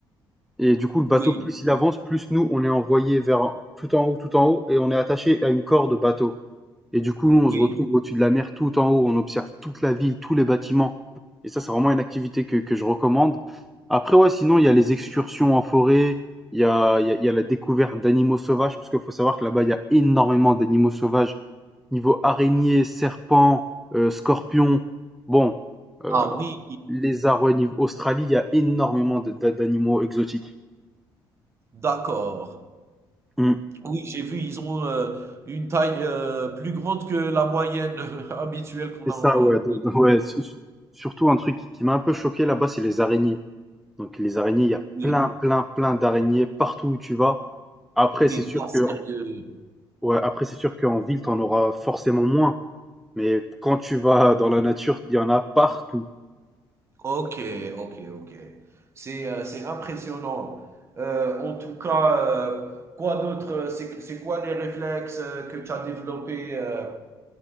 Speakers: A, in the centre; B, on the right.
A: Et du coup, le bateau,
B: Oui,
A: plus il avance, plus nous, on est envoyé vers en- tout en haut, tout en haut, et on est attaché à une corde bateau. Et du coup, nous,
B: oui.
A: on se retrouve au-dessus de la mer, tout en haut, on observe toute la ville, tous les bâtiments. Et ça, c'est vraiment une activité que, que je recommande. Après, ouais, sinon, il y a les excursions en forêt, il y a, il y a, il y a la découverte d'animaux sauvages, parce qu'il faut savoir que là-bas, il y a énormément d'animaux sauvages, niveau araignées, serpents, euh, scorpions. Bon, euh,
B: Ah oui,
A: lézards, ouais, niveau Australie, il y a énormément de- d'a- d'animaux exotiques.
B: d'accord.
A: Mm.
B: Oui, j'ai vu, ils ont euh, une taille euh, plus grande que la moyenne <laughs> habituelle qu'on
A: Et
B: a.
A: ça, ouais, donc- donc, ouais, su- su- surtout un truc qui m'a un peu choqué là-bas, c'est les araignées. Donc les araignées, il y a
B: Oui,
A: plein, plein, plein d'araignées partout où tu vas. Après,
B: t'es
A: c'est sûr
B: pas
A: que,
B: sérieux.
A: ouais, après, c'est sûr qu'en ville, t'en auras forcément moins. Mais quand tu vas dans la nature, il y en a partout.
B: Ok, ok, ok. C'est euh, c'est impressionnant. Euh, en tout cas, euh, quoi d'autre? euh, C'est c'est quoi les réflexes euh, que tu as développés, euh,